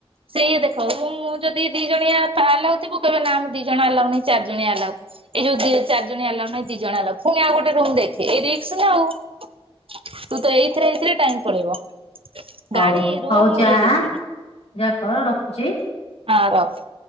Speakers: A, on the right (about 60°); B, on the left (about 75°).
A: ସେଇଆ ଦେଖ ମୁଁ ଯଦି ଦି ଜଣିଆ ଆଲାଉ ଥିବ କହିବେ ନା ଆମେ ଦି ଜଣ ଆଲାଉ ନାଇ ଚାରି ଜଣିଆ ଆଲାଉ। ଏଇ ଯୋଉ ଦି ଚାର ଜଣଆ ଆଲାଉ ନାଇ ଦି ଜଣ ହେଲା ପୁଣି ଆଉ ଗୋଟେ ରୁମ ଦେଖେ ଏ ରିକ୍ସ ନା ଆଉ। ତୁ ତ ଏଇଥିରେ ଏଇଥିରେ ଟାଇମ୍ ପଳେଇବ
B: ହଉ
A: ଗାଡ଼ି ରୁମ୍
B: ହଉ ଯା
A: ଇଏ ଦେଖିକି।
B: ଯା କର ରଖୁଚି।
A: ହଁ ରଖ।